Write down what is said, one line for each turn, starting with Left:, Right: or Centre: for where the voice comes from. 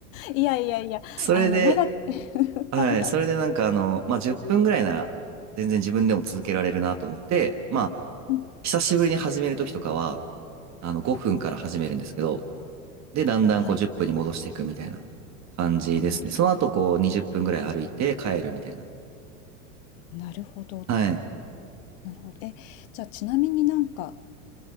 Left: いやいやいや、
Right: それで、
Left: あの長く <laughs>
Right: はい、
Left: はいはい。
Right: それでなんかあの、まあ、10分ぐらいなら全然自分でも続けられるなと思って、まあ、
Left: うん、
Right: 久しぶりに始める時とかは、あの、5分から始めるんですけど、で、だんだんこう10分に戻していくみたいな感じですね。
Left: はい。なる、
Right: その後こう20分ぐらい歩いて帰るみたいな。
Left: なるほど、
Right: はい。
Left: なるほど。え、じゃあちなみになんか、